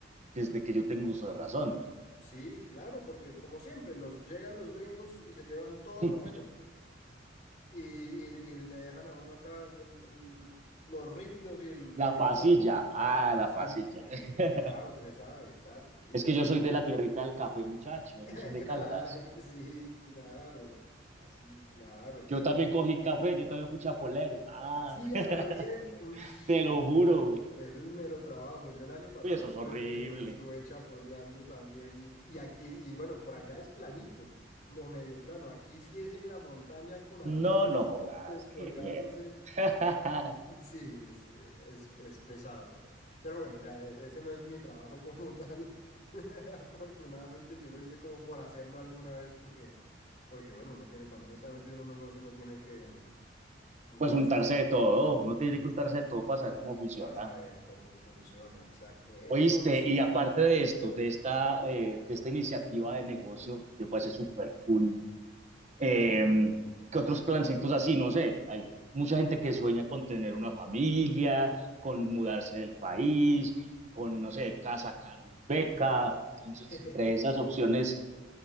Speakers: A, on the right (about 40°); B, on the left (about 40°).
A: desde que yo tengo uso de razón.
B: sí, claro, porque como siempre, los, llegan los gringos y se llevan todo
A: <laughs>
B: lo bueno y, y- y le dejan a uno acá lo- lo- lo- los ripios y el regazo
A: La pasilla,
B: y lo-
A: ah,
B: la paz.
A: la pasilla.
B: sí eh,
A: <laughs>
B: que, ah, usted sabe, exacto, sí,
A: Es
B: esa
A: que yo
B: es la
A: soy de
B: paz.
A: la tierrita del café, muchacho.
B: <laughs> Acá,
A: Yo soy de Caldas.
B: sí, claro. Sí, claro, por
A: Yo
B: eso
A: también cogí café, yo también fui chapolero. Ah,
B: Sí, a
A: <laughs>
B: lo bien. Ush,
A: te lo
B: eh,
A: juro.
B: eso es mero trabajo. Yo el año pasado
A: Uy, eso
B: estuve,
A: es horrible.
B: eh, estuve chapoleando también. Y aquí, y bueno, por allá es planito o medio plano. Aquí sí es en la montaña con arnés
A: No, no jodas,
B: descolgándose.
A: qué mierda. <laughs>
B: Sí, es, es, es pesado. Pero bueno, ya e- ese no es mi trabajo como <laughs> tal. Afortunadamente yo lo hice como por hacerlo alguna vez porque, porque bueno, uno tiene, cuando uno está metido en un negocio, uno tiene que, mm,
A: Pues
B: que
A: untarse
B: hacerle.
A: de todo, uno tiene que untarse de todo para
B: Ah,
A: saber cómo funciona.
B: para saber cómo funciona, exacto. Entonces,
A: Oíste, y aparte de esto,
B: cuenta.
A: de esta, eh, de esta iniciativa de negocio, que puede ser súper cool, eh, que otros plancitos así, no sé, hay mucha gente que sueña con tener una familia, con mudarse del país, con, no sé, casa, carro y beca. Entonces,
B: <laughs>
A: entre esas opciones,